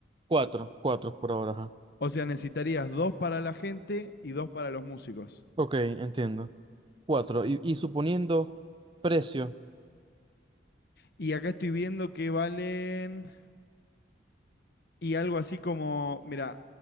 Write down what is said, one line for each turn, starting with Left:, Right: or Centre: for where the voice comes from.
Right: Cuatro, cuatro por ahora, ajá.
Left: O sea, necesitarías dos para la gente y dos para los músicos.
Right: Ok, entiendo. Cuatro. Y, y suponiendo precio.
Left: Y acá estoy viendo que valen. Y algo así como, mira,